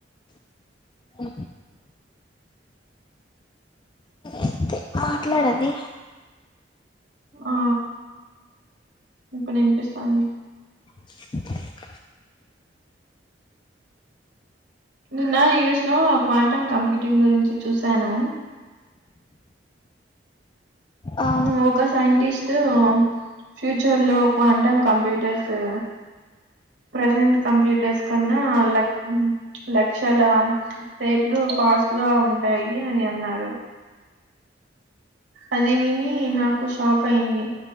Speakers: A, on the left; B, on the right.
A: అ అయితే మాట్లాడది
B: ఆ ఇప్పుడు ఇనిపిస్తది
A: అక
B: నిన్న <unintelligible> యస్ లో క్వాంటమ్ కంప్యూటింగ్ గురించి చూశాను
A: ఆ
B: ఒక సైంటిస్ట్ ఫ్యూచర్ లో క్వాంటం కంప్యూటర్ సు ప్రసెంట్ కంప్యూటర్స్ కన్న ల లక్షల రేట్లు ఫాస్ట్గా ఉంటాయి అని అన్నారు అది విని నాకు షాక్ అయ్యింది